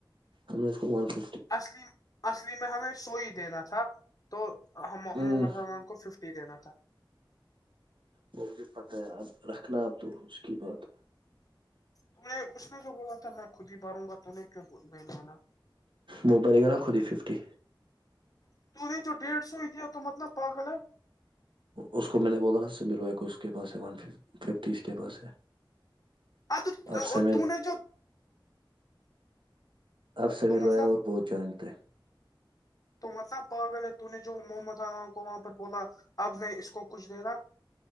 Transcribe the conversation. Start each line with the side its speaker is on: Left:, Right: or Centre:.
Right: ہم نے اس کو معنف
Left: اصلی اصلی میں ہمیں سوئی دینا تھا تو محمد
Right: ہوں
Left: سلیلمان کو ففٹی دینا تھا
Right: وہ مجھے پتہ ہے اب رکھنا اب تو اس کی بات
Left: ت نے اس نے جو بولا تھا میں خود ہی ماروں گا تہیں کیوں نہیں مانا
Right: وہ بلگا ن خود ہی ففٹی
Left: تو یہ جو ڈیڑ سو ہی ت تو مطلب پاگل ہے
Right: اس کو میں نے بولا نا سمیر بھائی کو اس کے پاس ہے ففٹی اس کے پاس ہے
Left: ا تو
Right: اب سمیر
Left: تو نے جو
Right: آپ سمر
Left: مطلب
Right: بھیا اور بہت جانتے ہیں
Left: تو مطلب پا گل ہے تو نے جو محمد عام کو وہاں پر بولا اب نہیں اس کو کچھ دینا